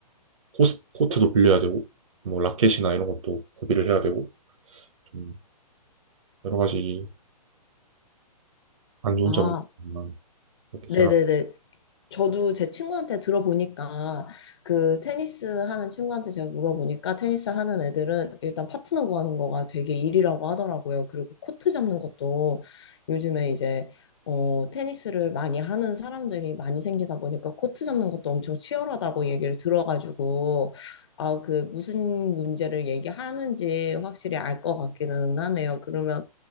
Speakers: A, on the right; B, on the left.
A: 코스, 코트도 빌려야 되고 뭐 라켓이나 이런 것도 구비를 해야 되고 좀 여러 가지 안 좋은
B: 아,
A: 점이 있지만 그렇게
B: 네네네.
A: 생각.
B: 저도 제 친구한테 들어보니까 그 테니스 하는 친구한테 제가 물어보니까 테니스 하는 애들은 일단 파트너 구하는 거가 되게 일이라고 하더라고요. 그리고 코트 잡는 것도 요즘에 이제 어, 테니스를 많이 하는 사람들이 많이 생기다 보니까 코트 잡는 것도 엄청 치열하다고 얘기를 들어가지고 아, 그 무슨 문제를 얘기하는지 확실히 알 것 같기는 하네요. 그러면